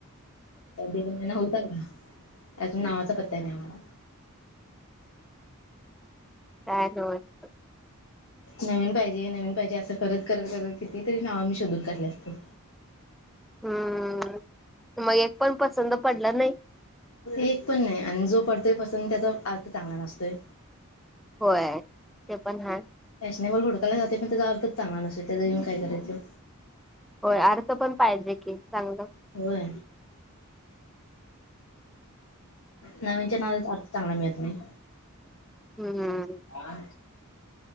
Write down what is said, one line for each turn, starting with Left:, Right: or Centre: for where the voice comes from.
Left: दीड महिना होता का अजून नावाचा पत्ता नाही आम्हाला
Centre: काय हो
Left: नवीन पाहिजे नवीन पाहिजे असं करत करत करत किती तरी नाव मी शोधून काढले असतील
Centre: हम्म मग एक पण पसंत पडलं नाही
Left: एक पण नाही आणि जो पडतोय पसंत त्याचा अर्थ चांगला नसतोय
Centre: होय ते पण हा
Left: फॅशनेबल होोडकयलाात पण त्याचा अर्थ चगला नसते त्याचा घऊन काय करायचं
Centre: होय अर्थ पण पाहिजे की चांगलं
Left: वर नवीनच्या नावाचा अर्थ चांगला मिळत नाही
Centre: हम्म हम
Left: हा